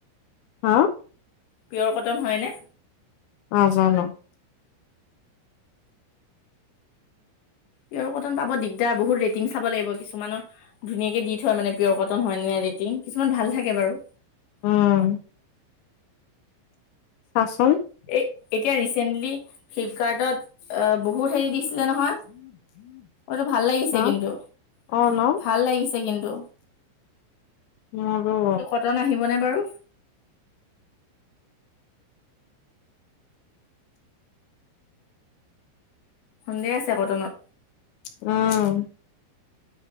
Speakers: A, on the left; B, on the left.
A: হা?
B: পিয়'ৰ কটন হয়নে?
A: অ, জানো।
B: পিয়ৰ কটন পাব দিগদাৰ বহুত ৰেটিং চাব লাগিব কিছুমানৰ ধুনীয়াকে দি থয় মানে পিয়ৰ কটন হয় নে নাই ৰেটিং কিছুমান ভাল থাকে বাৰু।
A: উম, চাচোন
B: এই এতিয়া ৰিচেন্টলি ফ্লিপকাৰ্টত বহুত হেৰি দিছিলে নহয়। এইটো ভাল লাগিছে
A: হা
B: কিন্তু -
A: অ ন
B: ভাল লাগিছে কিন্তু।
A: মোৰো
B: এইটো কটন আহিবনে বাৰু। সন্দেহ আছে কটনত।
A: উম,